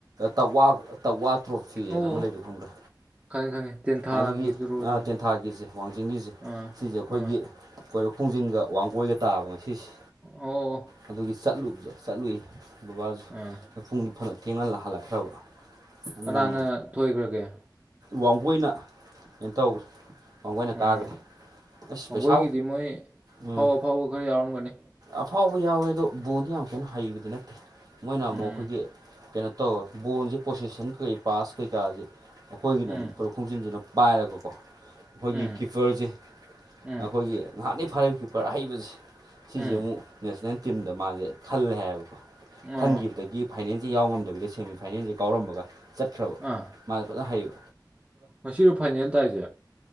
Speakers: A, on the right; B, on the right.
A: ꯇꯛꯋꯥꯛ ꯇꯛꯋꯥꯛ ꯇ꯭ꯔꯣꯐꯤ
B: ꯑꯣ
A: ꯑꯅ ꯑꯃ ꯂꯩꯕ ꯈꯪꯕ꯭ꯔꯥ
B: ꯈꯪꯉꯦ ꯈꯪꯉꯦ ꯇꯦꯟꯊꯥꯒꯤꯗꯨꯔꯣ
A: ꯑꯗꯨꯒꯤ
B: ꯑꯗꯨꯕꯨ
A: ꯇꯦꯟꯊꯥꯒꯤꯁꯦ ꯋꯥꯡꯖꯤꯡꯒꯤꯁꯦ
B: ꯑꯥ
A: ꯁꯤꯁꯦ ꯑꯩꯈꯣꯏꯒꯤ
B: ꯑꯥ
A: ꯀꯣꯏꯔꯣꯛ ꯈꯣꯡꯖꯤꯟꯒ ꯋꯥꯡꯒꯣꯏꯒ ꯇꯥꯕ ꯉꯁꯤꯁꯦ
B: ꯑꯣ ꯑꯣ
A: ꯑꯗꯨꯒꯤ ꯆꯠꯂꯨꯕꯁꯦ ꯆꯠꯂꯨꯏ ꯕꯕꯥꯁꯨ
B: ꯑꯥ
A: ꯄꯨꯡꯗꯨ ꯐꯅ ꯊꯦꯡꯍꯜꯂ ꯍꯜꯂꯛꯈ꯭ꯔꯕ
B: ꯀꯅꯥꯅ
A: ꯅꯪ
B: ꯊꯣꯏꯈ꯭ꯔꯒꯦ
A: ꯋꯥꯡꯒꯣꯏꯅ ꯀꯩꯅ ꯇꯧꯈ꯭ꯔꯦ ꯃꯥꯡꯒꯣꯏꯅ
B: ꯎꯝ
A: ꯇꯥꯈ꯭ꯔꯦ ꯑꯁ
B: ꯋꯥꯡꯒꯣꯏꯒꯤꯗꯤ
A: ꯄꯩꯁꯥ
B: ꯃꯣꯏ ꯑꯐꯥꯎ
A: ꯎꯝ
B: ꯑꯐꯥꯎꯕ ꯈꯔ ꯌꯥꯎꯔꯝꯒꯅꯤ
A: ꯑꯐꯥꯎꯕ ꯌꯥꯎꯋꯦ ꯑꯗꯣ ꯕꯣꯟꯗꯤ ꯌꯥꯝ ꯀꯦꯟꯅ ꯍꯩꯕꯗꯤ ꯅꯠꯇꯦ ꯃꯣꯏꯅ
B: ꯎꯝ
A: ꯑꯃꯨꯛ ꯑꯩꯈꯣꯏꯒꯤ ꯀꯩꯅꯣ ꯇꯧꯋꯦ ꯕꯣꯟꯁꯦ ꯄ꯭ꯔꯣꯁꯦꯁꯟ ꯀꯩ ꯄꯥꯁ ꯀꯩꯀꯥꯁꯦ ꯑꯩꯈꯣꯏꯒꯤꯅ ꯑꯗꯨꯝ
B: ꯎꯝ
A: ꯄꯨꯔꯛ ꯈꯣꯡꯝꯖꯤꯟꯁꯤꯅ ꯄꯥꯏꯔꯒꯀꯣ ꯑꯩꯈꯣꯏꯒꯤ
B: ꯎꯝ
A: ꯀꯤꯞꯄꯔꯁꯦ
B: ꯎꯝ
A: ꯑꯩꯈꯣꯏꯒꯤ ꯅꯍꯥꯛꯅꯤ ꯐꯔꯞ ꯀꯤꯞꯄꯔ ꯑꯍꯩꯕꯁꯦ ꯁꯤꯁꯦ
B: ꯎꯝ
A: ꯑꯃꯨꯛ ꯅꯦꯁꯅꯦꯜ ꯇꯤꯝꯗ ꯃꯥꯁꯦ ꯈꯜꯂꯦ ꯍꯥꯏꯌꯦꯕꯀꯣ
B: ꯑꯣ
A: ꯈꯟꯈꯤꯕꯗꯒꯤ ꯐꯥꯏꯅꯦꯜꯁꯦ ꯌꯥꯎ ꯉꯝꯗꯕꯤꯗ ꯁꯦꯃꯤ ꯐꯥꯏꯅꯦꯜꯁꯦ ꯀꯥꯎꯔꯝꯃꯒ ꯆꯠꯈ꯭ꯔꯕ
B: ꯑꯥ
A: ꯃꯥꯁ ꯐꯖꯅ ꯍꯥꯏꯩꯌꯨ
B: ꯉꯁꯤꯔꯣ ꯐꯥꯏꯅꯦꯜ ꯇꯥꯏꯁꯦ